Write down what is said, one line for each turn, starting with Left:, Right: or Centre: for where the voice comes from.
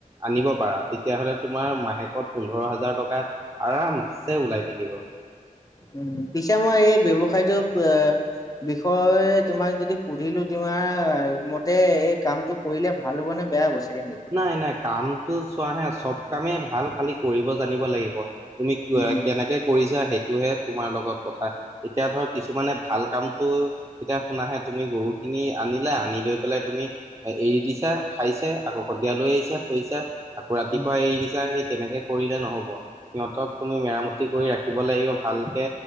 Right: আনিব পাৰা তেতিয়াহ'লে তুমি, তোমাৰ মাহেকত পোন্ধৰ হাজাৰ টকা আৰামছে ওলাই থাকিব।
Left: উম, পিছে মই এই ব্যৱসায়টো বে বিষয় তোমাক যদি সুধিলো তোমাৰ মতে এই কামটো কৰিলে ভাল হ'ব নে বেয়া হব। চাগে নেকি?
Right: নাই-নাই কামটো চোৱা হা চব কামেই ভাল খালি কৰিব জানিব লাগিব। তুমি কৱা-কেনেকে
Left: উম,
Right: কৰিছা সেইটোহে। তোমাৰ লগত কথা, এতিয়া ধৰ কিছুমানে ভাল কামটো, এতিয়া শুনাহে তুমি গৰু খিনি আ আনিলা আনি লৈ পেলাই তুমি এৰি দিছা খাইছে আকৌ, সন্ধিয়া লৈ আহিচা থৈছা, আকৌ ৰাতিপুৱা
Left: উম,
Right: এৰি দিছা সেই তেনেকে কৰিলে নহব। সিহঁতক তুমি মেৰামতি কৰি ৰাখি দিব লাগিব ভালকে